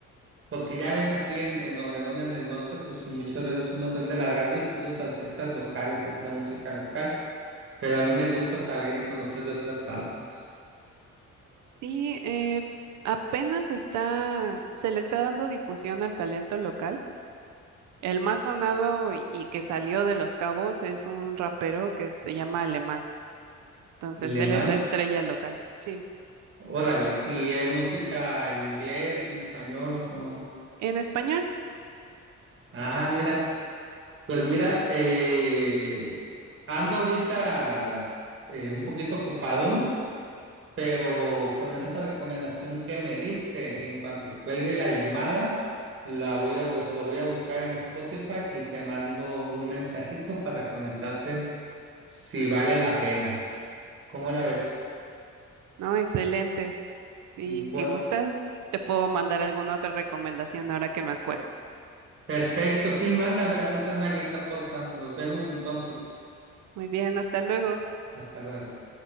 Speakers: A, on the right; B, on the right.
A: porque ya ves aquí en, en Obregón, en el norte, pues muchas veces uno prende la radio y puros artistas locales y pura música local, pero a mí me gusta saber y conocer de otras partes.
B: sí, eh, apenas está, se le está dando difusión al talento local. El más sonado y, y que salió de Los Cabos es un rapero que se llama Alemán. Entonces,
A: Le
B: él
A: man,
B: es la estrella local. Sí.
A: órale, ¿y es música en inglés, en español o cómo?
B: En español
A: Ah,
B: Sí.
A: mira, pues mira, eh, ando ahorita eh, un poquito ocupado Pero con esta recomendación que me diste, en cuanto cuelgue la llamada, la voy a, bus- lo voy a buscar en Spotify y te mando un mensajito para comentarte si vale la pena. ¿Cómo la ves?
B: No, excelente. Sí,
A: Bueno,
B: si gustas, te puedo mandar alguna otra recomendación ahora que me acuerde.
A: perfecto, sí, mándamela, no seas malita, porfa. Nos vemos entonces.
B: Muy bien, hasta luego.
A: Hasta luego.